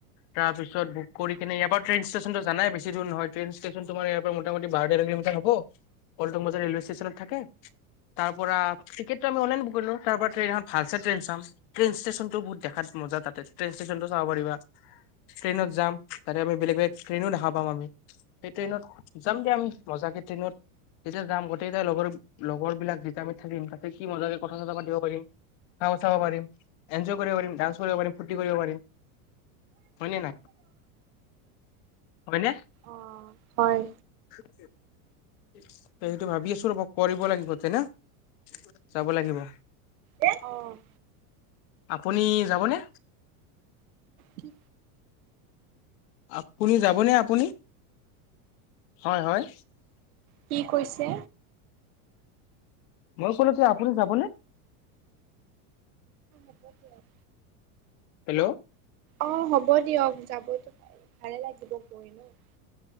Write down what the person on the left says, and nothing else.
তাৰপিছত বুক কৰি কিনে ইয়াৰ পৰা ট্ৰেইন ষ্টেচনটো জানায়ে, বেছি দূৰ নহয়। ট্ৰেইন ষ্টেচন তোমাৰ ইয়াৰ পৰা মোটামুটি বাৰ-তেৰ কিলোমিটাৰ হব। পল্টন বজাৰ ৰেলোৱে ষ্টেছনত থাকে। তাৰপৰা টিকেটটো আমি অনলাইনত বুক কৰিলোঁ। তাৰ পৰা ট্ৰেইন এখন ভাল চাই ট্ৰেইন চাম। ট্ৰেইন ষ্টেছনটো বহুত দেখাত মজাঁ তাতে। ট্ৰেইন ষ্টেছনটো চাব পাৰিবা। ট্ৰেইনত যাম, তাতে আমি বেলেগ - বেলেগ ট্ৰেইনো দেখা পাম আমি। সেই ট্ৰেইনত যাম দিয়া আমি মজাকে ট্ৰেইনত যেতিয়া যাম, গোটেইগিটা লগৰ- লগৰবিলাক যেতিয়া আমি থাকিম, তাতে কি মজাকে কথা-চথা পাতিব পাৰিম। খাব-চাব পাৰিম। এনজয় কৰিব পাৰিম, ডান্স কৰিব পাৰিম, ফুৰ্তি কৰিব পাৰিম। হয়নে নাই? হয়নে?
উ উ সেইটো ভাবি আছোঁ ৰ'ব। কৰিব লাগিব তে ন'? যাব লাগিব।
আপুনি যাবনে?
আপুনি যাবনে আপুনি? হয় - হয়?
মই কলেতো আপুনি যাবনে?
হেল্ল'?